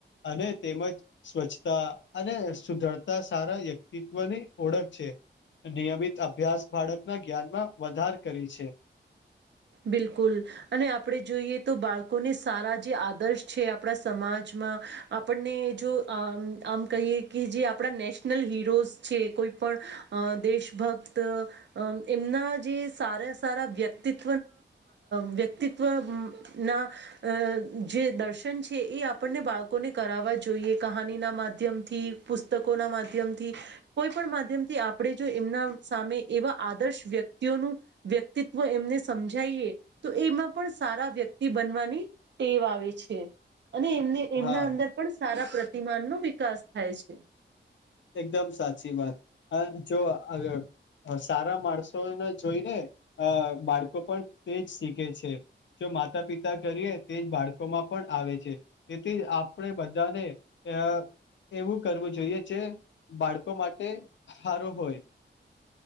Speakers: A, on the left; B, on the right.
A: અને તેમજ સ્વચછ અને સુધરતા સારા વ્યક્તિત્વ ની ઓળખ છે નિયમિત અભ્યાસ બાળકના જ્ઞાનમાં વધાર કરી છે
B: બિલકુલ અને આપણે જોઈએ તો બાળકોને સારા જે આદર્શ છે આપણા સમાજમાં આપને જો આમ કહીએ કે જે આપણા નેશનલ હીરોઝ છે કોઈ દેશભક્ત એમના જે સારા સારા વ્યક્તિત્વ વ્યક્તિત્વ ના જે દર્શન છે એ આપ આપને બાળકોને કરાવવા જોઈએ કહાનીના માધ્યમથી પુસ્તકોના માધ્યમથી કોઈ પણ માધ્યમથી આપણે જો એમના સામે એવા આદર્શ વ્યક્તિઓનું વ્યક્તિત્વ એમને સમજાયએ તો એમાં પણ સારા વ્યક્તિ બનવાની ટેવ આવે છે અને એમને એમના
A: હા
B: અંદર પણ સારા પ્રતિમાનનો વિકાસ થાય છે.
A: એકદમ સાચી વાત હ જો આગળ. સારા માણસો ના જોઈને અ બાળકો પણ તેજ શીખે છે. જો માતા પિતા કરીએ તેજ બાળકો માં પણ આવે છે તેથી જ આપણે બધાને અ એવું કરવું જોઈએ જે બાળકો માટે સારો હોય.